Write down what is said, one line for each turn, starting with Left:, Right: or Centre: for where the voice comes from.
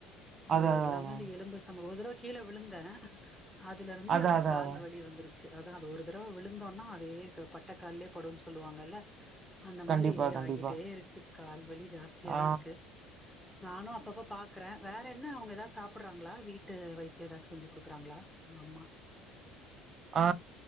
Centre: அது
Right: அதான், அதான்,
Centre: எல்லாமேந்து
Right: அதான்.
Centre: எலும்பு சம ஒரு தடவ கீழ விழுந்த அதுலருந்து
Right: அதான்,
Centre: அந்த
Right: அதான்,
Centre: கால்
Right: அதான்.
Centre: வலி வந்துரு சு அதா அது ஒரு தரவ விழுந்தோனா அதே தா பட்டக்கால்லே படுன்னு சொல்லுவாங்கல்ல. அந்த மாதிரியெ
Right: கண்டிப்பா, கண்டிப்பா.
Centre: ஆய்கிட்டேருக்கு கால்வலி ஜாஸ்தியாதா
Right: ஆ
Centre: ருக்கு நானு அப் பப்பப பாக்கற வேற என்ன அவங்க ஏதா சாப்டறாங்களா வீட்டு வைத்திய எதா செஞ்சு குடுக்குறாங்களா உங்க அம்மா. <inaudible>
Right: ஆ